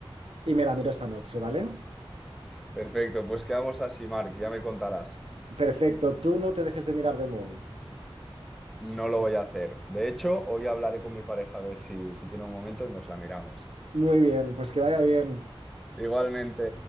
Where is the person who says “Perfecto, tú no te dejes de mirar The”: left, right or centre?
Right